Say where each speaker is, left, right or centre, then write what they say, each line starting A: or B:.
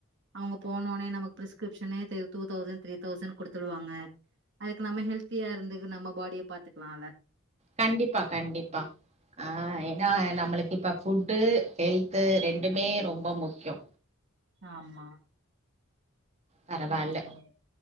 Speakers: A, on the right; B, on the right.
A: அவங்க போனோனே நமக்கு prescription two thousand three thousand கொடுத்துடுவாங்க அதுக்கு நம்ம ஹெல்தியா இருந்து நம்ம பாடிய பாத்துக்கலால
B: கண்டிப்பா கண்டிப்பா ஆஹ் ஏன்னா நம்மளுக்கு இப்ப ஃபுட்டு ஹெல்து ரெண்டுமே ரொம்ப முக்கியோ
A: ஆமா
B: பரவாயில்ல
A: சேரி